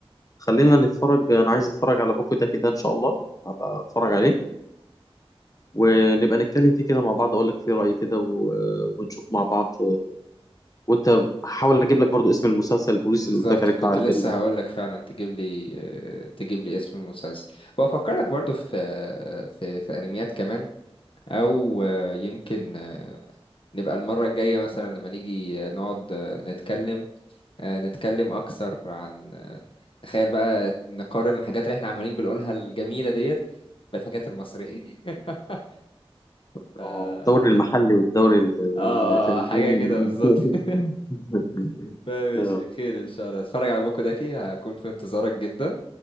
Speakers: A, on the left; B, on the left.
A: خلينا نتفرج انا عايز اتفرج على بوكو ده كده ان شاء الله هبقى اتفرج عليه ونبقى نتكلم فيه كده مع بعض اقول لك فيه رايي كده و... ونشوف مع بعض وانت هحاول اجيب لك برضو اسم المسلسل البوليسي
B: بالظبط
A: اللي قلت لك عليه
B: كنت
A: بتاع الجريمه
B: لسه هقول لك فعلا تجيب لي آه، تجيب لي اسم المسلسل وافكرك برضو في آه، في في انميات كمان او آه، يمكن آه، نبقى المره الجايه مثلا لما نيجي آه، نقعد آه، نتكلم آه، نتكلم اكثر عن آه، تخيل بقى نقارن الحاجات اللي احنا عمالين بنقولها الجميله ديت بالحاجات المصريه <laughs> ف اه
A: اه الدوري المحلي والدوري ال-
B: آه،
A: ال- البريمير
B: آه، حاجه كده بالظبط
A: ليج.
B: <laughs>
A: <laughs>
B: ماشي
A: آه،
B: خير ان شاء الله اتفرج على بوكو داكي هكون في انتظارك جدا